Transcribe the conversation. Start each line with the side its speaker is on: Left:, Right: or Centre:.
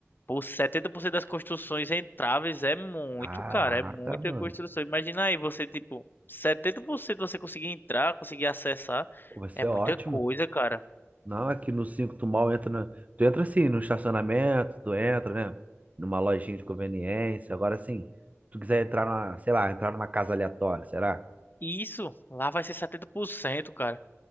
Left: por 70% das construções entráveis é muito,
Right: Caraca,
Left: cara. É muita
Right: mano.
Left: construção. Imagina aí você, tipo, 70% você conseguir entrar, conseguir acessar.
Right: Pô, Vai ser
Left: É muita
Right: ótimo.
Left: coisa, cara.
Right: Não, aqui no 5 tu mal entra. na- Tu entra assim, no estacionamento, tu entra, né? Numa lojinha de conveniência. Agora sim, se tu quiser entrar numa, sei lá, entrar numa casa aleatória, será?
Left: E Isso, lá vai ser setenta por cento cara.